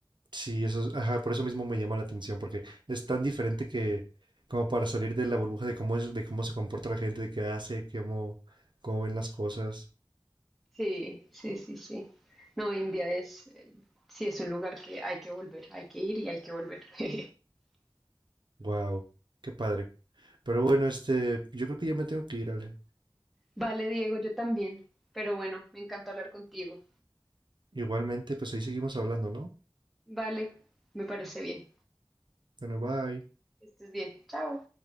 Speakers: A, on the right; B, in the centre.
A: Sí, eso es, ajá, por eso mismo me llama la atención, porque es tan diferente que como para salir de la burbuja de cómo es, de cómo se comporta la gente, de qué hace, cómo, cómo ven las cosas.
B: Sí, sí, sí, sí. No, India es, eh, sí, es un lugar que hay que volver, hay que ir y hay que volver. <laughs>
A: Wow, qué padre. Pero bueno, este, yo creo que ya me tengo que ir, Ale.
B: Vale, Diego, yo también, pero bueno, me encantó hablar contigo.
A: Igualmente, pues ahí seguimos hablando, ¿no?
B: Vale, me parece bien.
A: Bueno, bye.
B: Que Estés bien. Chao.